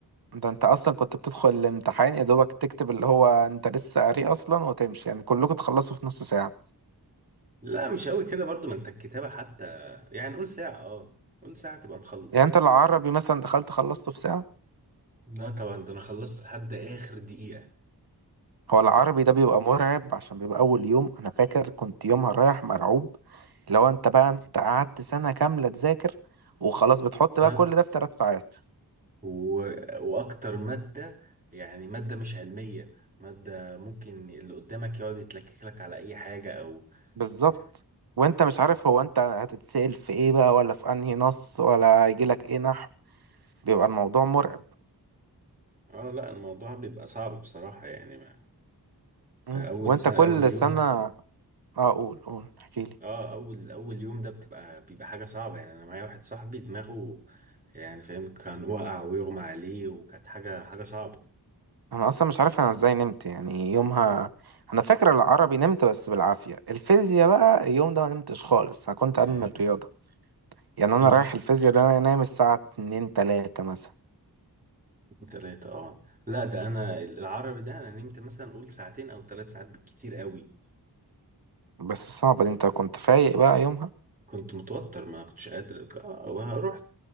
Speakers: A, on the right; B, on the right.
A: ده انت اصلا كنت بتدخل الامتحان يا دوبك تكتب اللي هو انت لسه قاري اصلا وتمشي يعني كلكم تخلصوا في نص ساعة
B: لا مش قوي كده برضو ما انت الكتابة حتى يعني نقول ساعة اه نقول ساعة تبقى مخلص
A: يعني انت العربي مثلا دخلت خلصته في ساعة
B: لا طبعا ده انا خلصت لحد اخر دقيقة
A: هو العربي ده بيبقى مرعب عشان بيبقى
B: آه.
A: أول يوم أنا فاكر كنت يومها رايح مرعوب لو أنت بقى أنت قعدت سنة كاملة تذاكر وخلاص بتحط
B: بالظبط
A: بقى كل ده في ثلاث ساعات
B: و... واكتر مادة يعني مادة مش علمية مادة ممكن اللي قدامك يقعد يتلكك لك على اي حاجة او
A: بالظبط
B: يعني
A: وأنت مش عارف هو أنت هتتسأل في إيه بقى ولا في أنهي نص ولا يجيلك إيه نحو بيبقى الموضوع مرعب
B: اه لا الموضوع بيبقى صعب بصراحة يعني ما... فاول
A: مم. وأنت
B: سنة
A: كل
B: اول يوم
A: سنة أه قول قول احكيلي
B: اه اول اول يوم ده بتبقى بيبقى حاجه صعبه يعني انا معايا واحد صاحبي دماغه يعني فاهم كان وقع ويغمى عليه وكانت حاجه حاجه صعبه
A: أنا أصلا مش عارف أنا إزاي نمت يعني يومها أنا فاكر العربي نمت بس بالعافية الفيزياء بقى اليوم ده ما نمتش خالص أنا كنت
B: امم
A: أدمن الرياضة يعني انا
B: انا
A: رايح الفيزياء ده انا نايم الساعة 2 3 مثلا
B: تلاتة اه لا ده انا العربي ده انا نمت مثلا اقول ساعتين او ثلاث ساعات بالكتير قوي
A: بس صعبة دي انت كنت فايق بقى يومها
B: كنت متوتر ما كنتش قادر آه، رحت